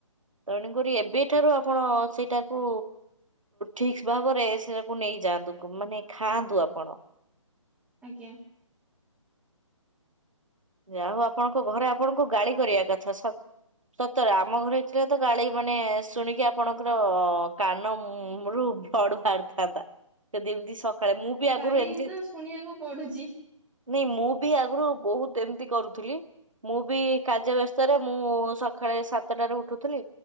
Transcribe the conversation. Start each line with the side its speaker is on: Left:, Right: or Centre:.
Right: ତେଣୁକ ଏବେଠାରୁ ଆପଣ ସେଇଟାକୁ ଠିକ ଭାବରେ ସେଟାକୁ ନେଇଯାଆନ୍ତୁ ମାନେ ଖାଆନ୍ତୁ ଆପଣ
Centre: ଆଜ୍ଞା।
Right: ଯା ହଉ ଆପଣଙ୍କ ଘରେ ଆପଣଙ୍କୁ ଗାଳି କରିବା କଥା ସ ସତରେ ଆମ ଘର ହେଇଥିଲା ତ ଗାଳି ମାନେ ଶୁଣିକି ଆପଣଙ୍କର କାନରୁୁ ବ୍ଲଡ଼ ବାହାରିଥାନ୍ତା। ଯଦି ଏମିତି ସକାଳେ ମୁଁ ବି ଆଗରୁ
Centre: ଗାଳି
Right: ଏମିତି
Centre: ତ ଶୁଣିବାକୁ ପଡୁଛି
Right: ନାଇଁ ମୁଁ ବି ଆଗରୁ ବହୁତ ଏମିତି କରୁଥିଲି ମୁଁ ବି କାର୍ଯ୍ୟ ବ୍ୟସ୍ଥାରେ ମୁଁ ସକାଳେ ସାତଟାରେ ଉଠୁଥିଲି